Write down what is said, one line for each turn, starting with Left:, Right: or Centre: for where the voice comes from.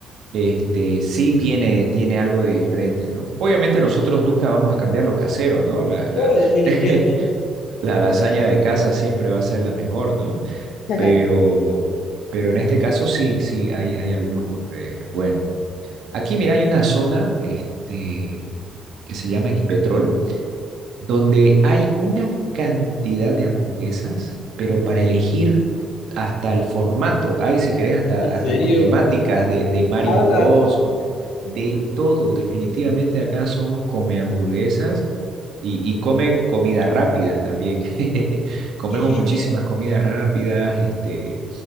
Right: Este, sí tiene, tiene algo de diferente, ¿no? Obviamente nosotros nunca vamos a cambiar lo casero, ¿no? La, la,
Left: Oh, definitivamente.
Right: <laughs> la lasaña de casa siempre va a ser la mejor, ¿no?
Left: <clears throat> <laughs> Ajá.
Right: Pero, pero en este caso sí, sí, hay, hay algunos eh, bueno. Aquí, mira, hay una zona este, que se llama Equipetrol, donde hay una cantidad de hamburguesas, pero para elegir hasta el formato. Hay, si querés, hasta,
Left: ¿En
Right: hasta
Left: serio?
Right: con temáticas de, de Mario
Left: Jala,
Right: Bros, con- de todo. Definitivamente acá somos come hamburguesas y, y come comidas rápidas también. <laughs> Comemos
Left: qué genial.
Right: muchísimas comidas rápidas, este